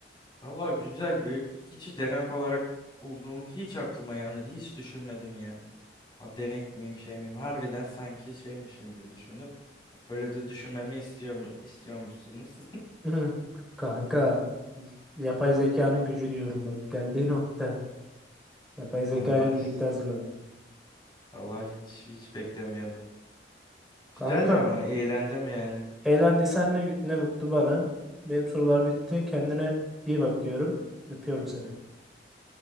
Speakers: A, on the left; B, in the centre.
A: Valla güzel büyük hiç denek olarak olduğum hiç aklıma gelmedi. Hiç düşünmedim yani. A denek miyim şey miyim? Harbiden sanki şeymişim gibi düşündüm. Öyle de düşünmemi istiyor mu istiyormuşsunuz?
B: <laughs> Kanka yapay zekanın gücü diyorum bak geldiği nokta. Yapay
A: <laughs>
B: zeka
A: Vallahi
B: ile birlikte hazırladım.
A: Vallahi hiç hiç beklemiyordum. Güzeldi
B: Kanka
A: ama eğlendim yani.
B: eğlendiysen ne, ne mutlu bana. Benim sorular bitti. Kendine iyi bak diyorum. Öpüyorum seni.